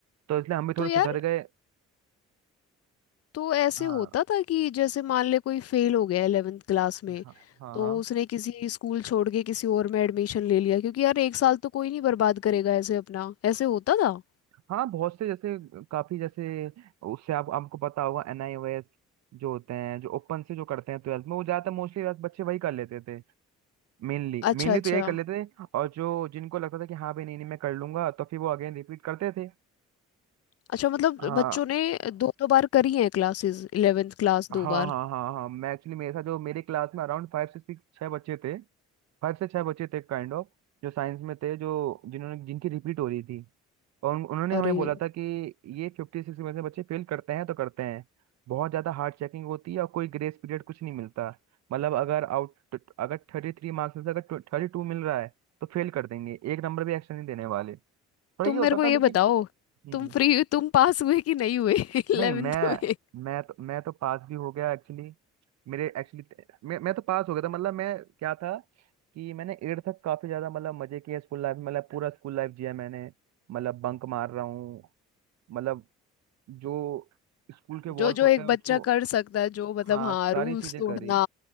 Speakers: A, on the right (about 60°); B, on the left (about 50°).
A: तो इसलिए हम भी थोड़े
B: तो यार
A: सुधर गए
B: तो ऐसे
A: हाँ
B: होता था कि जैसे मान ले कोई फेल हो गया 11th क्लास में
A: हाँ हाँ
B: तो
A: हाँ
B: उसने किसी स्कूल छोड़ के किसी और में एडमिशन ले लिया क्योंकि यार एक साल तो कोई नहीं बर्बाद करेगा ऐसे अपना ऐसे होता था
A: हाँ, बहुत से जैसे काफी जैसे उससे आप आपको पता होगा एनआईओएस जो होते हैं जो ओपन से जो करते हैं ट्वेल्थ में वो ज्यादातर मोस्टली बच्चे वही कर लेते थे मेनली
B: अच्छा
A: मेनली
B: अच्छा
A: तो यही कर लेते थे और जो जिनको लगता था कि हाँ भाई नहीं नहीं मैं कर लूंगा तो फिर वो अगेन रिपीट करते थे
B: अच्छा मतलब
A: हाँ
B: बच्चों ने दो दो बार करी है क्लासेस 11th क्लास
A: हाँ
B: दो बार
A: हाँ हाँ हाँ मैं एक्चुअली मेरे साथ जो मेरे क्लास में अराउंड फाइव से सिक्स छः बच्चे थे फाइव से छः बच्चे थे काइंड ऑफ जो साइंस में थे जो जिन्होंने जिनकी रिपीट हो रही थी और उन, उन्होंने
B: अरे
A: हमें बोला था कि ये फिफ्टी सिक्स में से बच्चे फेल करते हैं तो करते हैं बहुत ज़्यादा हार्ड चेकिंग होती है और कोई ग्रेस पीरियड कुछ नहीं मिलता मतलब अगर आउट अगर थर्टी थ्री मार्क्स में से अगर थर्टी टू मिल रहा है तो फेल कर देंगे एक नंबर भी एक्स्ट्रा नहीं देने वाले पर
B: तुम
A: ये होता
B: मेरे को
A: था
B: ये
A: लेकिन
B: बताओ
A: हम्म,
B: तुम फ्री तुम पास हुए कि नहीं हुए <laughs> 11th
A: नहीं मैं
B: में
A: मैं तो मैं तो पास भी हो गया एक्चुअली मेरे एक्चुअली मैं मैं तो पास हो गया था मतलब मैं क्या था कि मैंने एट तक काफी ज्यादा मतलब मजे किए स्कूल लाइफ में मतलब पूरा स्कूल लाइफ जिया मैंने मतलब बंक मार रहा हूँ मतलब जो स्कूल के
B: जो
A: वॉल्स
B: जो
A: होते
B: एक
A: हैं
B: बच्चा
A: उसको
B: कर सकता है जो मतलब
A: हाँ
B: हाँ
A: सारी
B: रूल्स
A: चीजें
B: तोड़ना
A: करी